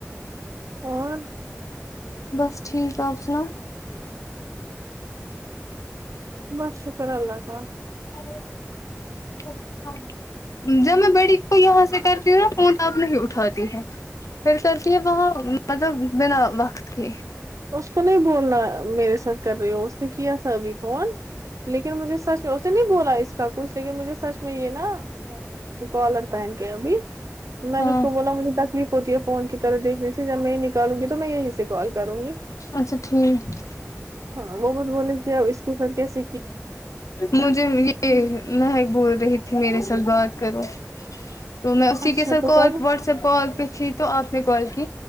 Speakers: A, on the right; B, on the left.
A: اور
B: بس ٹھیک آپ سناو
A: بس شکر اللہ کا
B: <inaudible> جب میں بڑی کو یہاں سے کرتی ہوں نا فون تب نہیں اٹھاتی ہے پھر کرتی ہے وہاں مطلب بنا وقت کے
A: اس کو نہیں بولنا میرے ساتھ کر رہی ہو اس نے کیا تھا ابھی فون لیکن مجھے سچ میں اسے نہیں بولا اس کا کچھ لیکن مجھے سچ میں یہ نا کالر پہن کے ابھی میں
B: ہاں
A: نے اس کو بولا مجھے تکلیف ہوتی ہے فون کی طرح دیکھنے سے پھر جب میں نکالوں گی تو میں یہیں سے کال کروں گی
B: اچھا ٹھیک
A: ہاں وہ بت بولے کہ اس کے سر کی س
B: مجھے یہ مہک بول رہی تھی میرے ساتھ بات کرو تو میں اسی
A: اچھا
B: کے ساتھ
A: تو
B: کال
A: کر
B: واٹسپ کال پہ تھی تو آپ نے کال کی